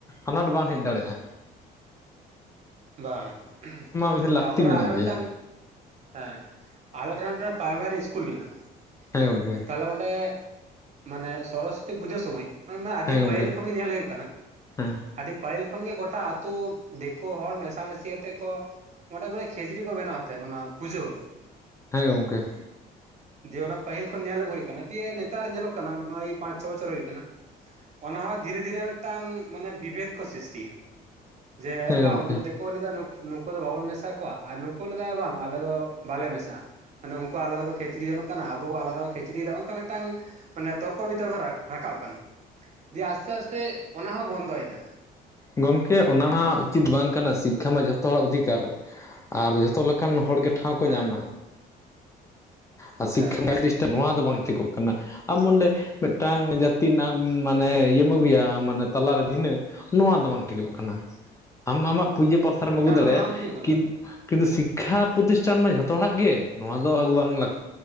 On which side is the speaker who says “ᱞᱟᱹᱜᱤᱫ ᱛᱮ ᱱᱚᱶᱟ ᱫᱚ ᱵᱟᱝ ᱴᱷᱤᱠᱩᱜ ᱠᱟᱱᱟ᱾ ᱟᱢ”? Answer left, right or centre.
Left